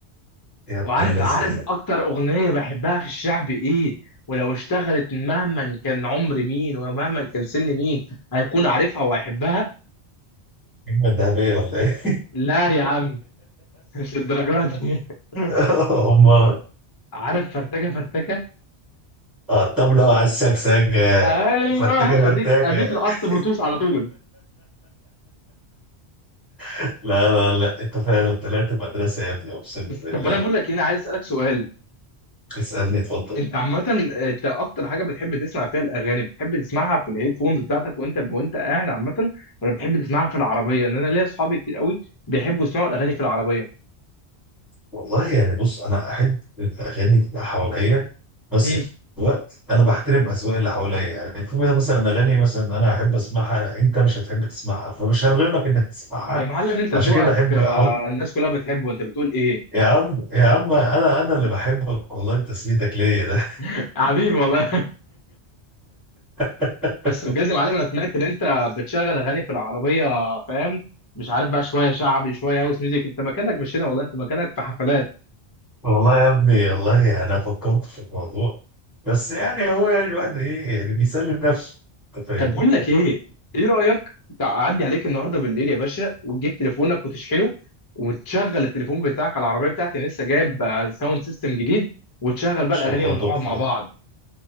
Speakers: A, in the centre; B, on the left.
A: يا ابن
B: وعارف
A: اللذين
B: عارف اكتر اغنيه بحبها في الشعب ايه ولو اشتغلت مهما كان عمر مين ومهما كان سن مين هيكون عارفها وهيحبها
A: النجمة الذهبية ولا ايه؟
B: لا يا عم مش الدرجات دي <laughs>
A: <laughs> هما
B: عارف فرتكه فرتكه
A: على الطبلة على السكسكة
B: ايوه
A: فانت كده مرتاجة
B: اديك اديك لقط
A: <laughs>
B: بلوتوث على طول
A: لا لا لا انت فعلا طلعت مدرسة يا ابني اقسم
B: بس
A: بالله
B: طب انا بقول لك هنا عايز اسالك سؤال
A: اسألني اتفضل
B: انت عامه انت اكتر حاجه بتحب تسمع فيها الاغاني بتحب تسمعها في الهيدفونز بتاعتك وانت وانت قاعد عامه ولا بتحب تسمعها في العربيه ان انا ليا اصحابي كتير قوي بيحبوا يسمعوا الاغاني في العربيه
A: والله يعني بص انا احب الاغاني تبقى حواليا بس
B: مم.
A: في وقت انا بحترم اذواق اللي حواليا يعني في مثلا اغاني مثلا انا احب اسمعها انت مش هتحب تسمعها فمش هرغمك انك تسمعها
B: يا معلم انت
A: عشان
B: ذوقك
A: كده بحب
B: آه،
A: احاول
B: الناس كلها بتحبه انت بتقول ايه
A: يا عم يا عم انا انا اللي بحبك والله تسميتك ليا ده
B: <laughs> حبيبي والله
A: <laughs>
B: <laughs> بس بجد يا معلم انا سمعت ان انت بتشغل اغاني في العربيه فاهم مش عارف بقى شويه شعبي شويه هاوس ميوزك انت مكانك مش هنا والله انت مكانك في حفلات
A: والله يا ابني والله انا فكرت في الموضوع بس يعني هو يعني الواحد ايه يعني بيسلي نفسه انت فاهمني
B: طب بقول
A: ان
B: لك ايه ايه رايك تعدي عليك النهارده بالليل يا باشا وتجيب تليفونك وتشحنه وتشغل التليفون بتاعك على العربيه بتاعتي انا لسه جايب آه، ساوند سيستم جديد وتشغل بقى
A: شاء
B: الاغاني
A: الله
B: ونقعد
A: تحفه
B: مع
A: ده
B: بعض